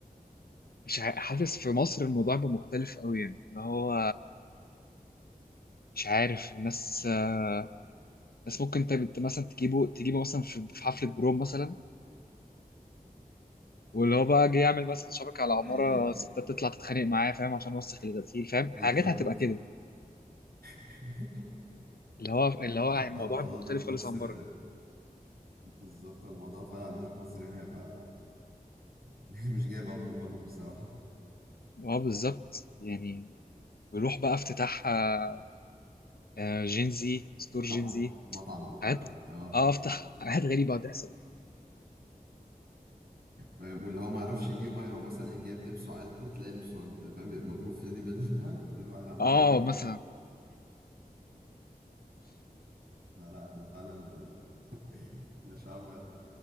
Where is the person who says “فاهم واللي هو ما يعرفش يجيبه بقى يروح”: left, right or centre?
Right